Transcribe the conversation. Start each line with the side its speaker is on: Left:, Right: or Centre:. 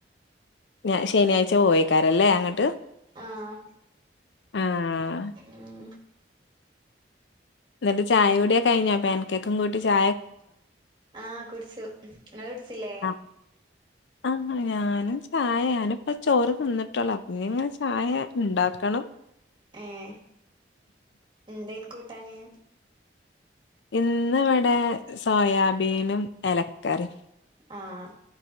Left: ഞ ശനിയാഴ്ച പോവേക്കാരല്ലേ അങ്ങട്ട്
Right: ആഹ്
Left: ആഹ്
Right: ഉം
Left: എന്നിട്ട് ചായ കുടികഴിഞ്ഞൊ പേൻ കേക്കും കൂട്ടി ചാ
Right: ആഹ് കുടിച്ചു ഇങ്ങളു കുടിച്ചില്ലേ
Left: <unintelligible> ആ ന്ന ഞാനും ചായയാന്. ഞാന്പ്പ ചോറ് തിന്നട്ടോള്ളു അപ്പ ഞിങ്ങനെ ചായ ഇണ്ടാക്കണം
Right: ഏ ൻന്തേന് കൂട്ടാന്.
Left: ഇന്ന് ഇവിടെ സോയാബീനും എലക്കറിം
Right: ആഹാ